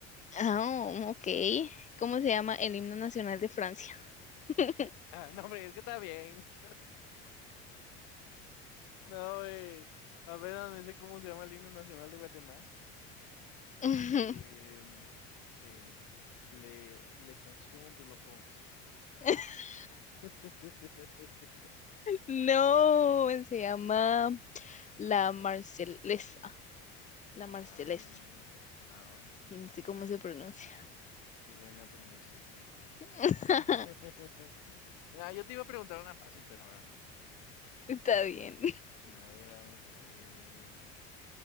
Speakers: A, on the left; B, on the left.
A: Ah, oh, ok. ¿Cómo se llama el himno nacional de Francia? <laughs>
B: Ah, no, hombre, es que está bien. <laughs> No, hombre. Apenas me sé cómo se llama el himno nacional de Guatemala.
A: Ujú.
B: Em, em, le, le canción de los jóvenes.
A: <laughs>
B: <laughs>
A: No, se llama La Marcelesa. La
B: Ah,
A: Marcelesa.
B: ah,
A: No sé cómo
B: ya.
A: se pronuncia.
B: Qué buena pronunciación.
A: <laughs>
B: <laughs> Ah, yo te iba a preguntar una fácil, pero ahora no.
A: Está bien.
B: Ahora vamos a ver.